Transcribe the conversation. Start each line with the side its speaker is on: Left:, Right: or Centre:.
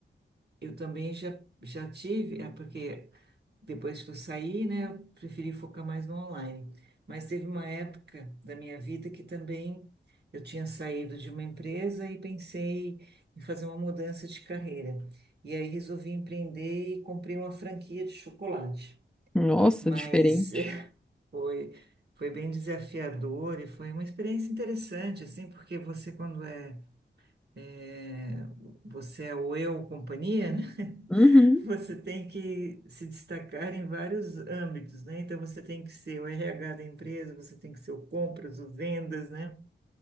Right: eu também já, já tive, é porque depois que eu saí, né, eu preferi focar mais no online. Mas teve uma época da minha vida que também eu tinha saído de uma empresa e pensei em fazer uma mudança de carreira. E aí resolvi empreender e comprei uma franquia de chocolate.
Centre: Nossa,
Right: Mas
Centre: diferente.
Right: foi, foi bem desafiador e foi uma experiência interessante, assim, porque você, quando é, é, você é o eu companhia, né? <laughs>
Centre: Uhum.
Right: Você tem que se destacar em vários âmbitos, né? Então, você tem que ser o RH da empresa, você tem que ser o compras, o vendas, né?